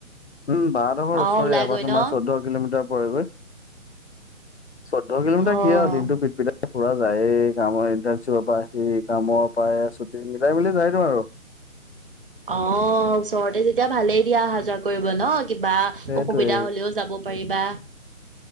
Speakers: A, on the left; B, on the right.
A: উম বাহঁতৰ ঘৰ
B: অ
A: ওচৰে
B: ওলাই
A: আমাৰ
B: গৈ
A: তোমাৰ
B: ন
A: চৌধ কিলোমিটাৰ পৰেগৈ চৈধ্য কিলোমিটাৰ
B: অ
A: কি আও দিনটো পিত-পিতাই পুৰা যায়েই কামৰ ইণ্টাৰ্ণশ্বিপৰ পৰা আহি কামৰ পৰা ছুটী মিলাই মিলি যায়টো আৰু
B: অ ওচৰতে যেতিয়া ভালেই দিয়া অহা-যোৱা কৰিব ন কিবা
A: সেইটোৱে
B: অসুবিধা হলেও যাব পাৰিবা